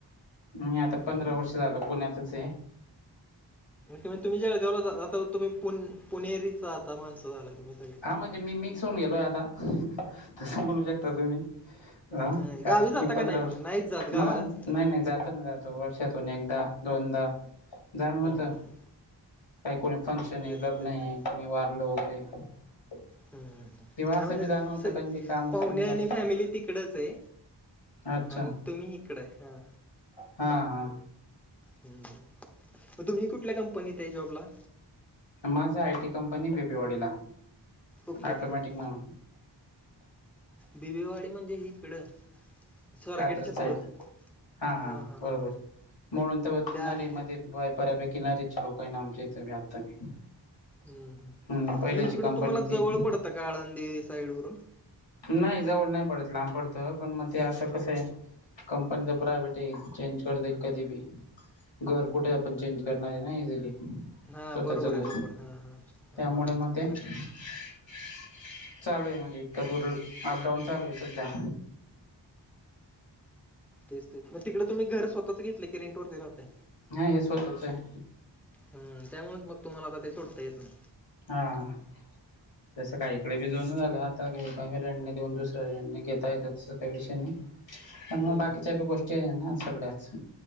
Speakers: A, on the left; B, in the centre.
A: मी आता पंधरा
B: हम्म
A: वर्ष झालं पुण्यातचंय.
B: तुम्ही जळगावला जा आता तुम्ही पुण - पुणेरीचं आता माणसं झालाय. तुम्ही सगळे
A: हा म्हणजे मी मिक्स होऊनं गेलोयं आता तसं म्हणू शकता तुम्ही. ह?
B: अं,
A: कारण
B: गावी जाता
A: कि
B: का
A: पंधरा
B: नाही
A: वर्ष
B: मग नाहीच जात
A: -मग?
B: गावाला हम्म,
A: नाही नाही जातो ना जातो वर्षातून एकदा दोनदा जाण होतं.
B: हम्म, हम्म.
A: काही कोणी फंक्शन आहे,
B: तेच
A: लग्न
B: तेच
A: आहे,
B: तेच
A: कोणी वारलं वगैरे-
B: हम्म.
A: किंवा असं
B: हा म्हणजे
A: बी जाणं होतं
B: सगळे
A: कारण काही काम असलं
B: पाहुणे
A: निघालं
B: आणि
A: तर
B: फॅमिली तिकडच आहे.
A: अच्छा
B: आणि तुम्ही इकडे आहे. हा.
A: हा हा
B: हम्म. मग तुम्ही कुठल्या कंपनीत आहे जॉबला?
A: माझा आय टी कंपनी आहे बेबीवाडीला.
B: ओके
A: ऑटोमॅटिक
B: - ओके -ओके
A: म्हणून
B: बिवेवाडी म्हणजे हिकडं. स्वारगेट
A: कात्रज
B: च्या
A: साईड
B: पुढं.
A: हा - हा
B: हां हां
A: बरोबर
B: हां
A: म्हणून तर
B: त्या
A: मध्ये
B: आहे.
A: -मध्ये बऱ्यापैकी किनारीयाचे लोक आहे ना आमचे इथं आता बी.
B: हम्म.
A: हम्म पहिल्याची
B: म हिकडं
A: कंपनी
B: तुम्हाला
A: ती
B: जवळ पडतं का आळंदी साईड वरून.
A: नाही जवळ नाही पडत लांब पडतं पण मग ते आता कसं आहे- - कंपनी तर प्रायव्हेट आहे. चेंज करता येईल कधी बी. घर कुठे आपण चेंज करणार आहे ना इजीली?
B: हां
A: स्वतःच
B: बरोबर
A: घर
B: आहे बरोबर हां हां
A: त्यामुळे
B: हां
A: मग ते-
B: राईट
A: - चालू आहे म्हणजे इतका दूर अपडाऊन चालू आहे सध्या.
B: तेच तेच मग तिकडे तुम्ही घर स्वतःच घेतलय की रेंट वरती राहताय.
A: नाही हे स्वतःच आहे.
B: हम त्यामुळेच मग तुम्हाला आता ते सोडता येत नाही.
A: हा. जसं काहीकडे बी जून झालं आता काही काही रेंटने देऊन दुसऱ्या रेंटने घेता येत तसं काय विषय नाही. त्यामुळ
B: हम्म
A: म बाकीच्या बी गोष्टी आहे ना सगळ्याच.